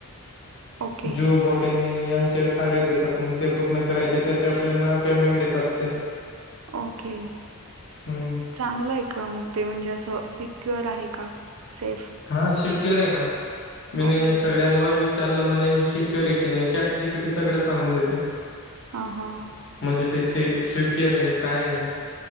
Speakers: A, on the right (about 70°); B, on the left (about 55°).
A: ओके,
B: जू बॉट त्यानी यांचे कार्य देतात. मग ते पूर्ण करायचे त्याचे आपल्याना पेमेंट देतात ते
A: ओके,
B: हम्म
A: चांगलं आहे. का मग ते म्हणजे असं सिक्युअर आहे का सेफ,
B: हा सिक्युअर आहे. ना मी
A: ओके.
B: सगळ्यांवर विच चाललं म्हणजे हे सिक्युअर आहे. की नाही चॅट जी पि टी सगळं सांगून देते.
A: ह, हा,
B: म्हणजे ते स -स्किअर आहे काय आहे?